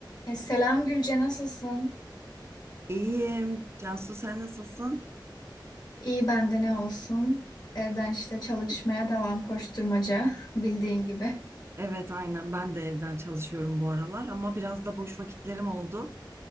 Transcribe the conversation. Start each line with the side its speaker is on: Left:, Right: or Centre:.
Left: E, selam Gülce, nasılsın?
Right: İyiyim. Cansu sen nasılsın?
Left: İyi bende ne olsun? Evden işte çalışmaya devam koşturmaca <laughs> bildiğin gibi.
Right: Evet aynen ben de evden çalışıyorum bu aralar ama biraz da boş vakitlerim oldu.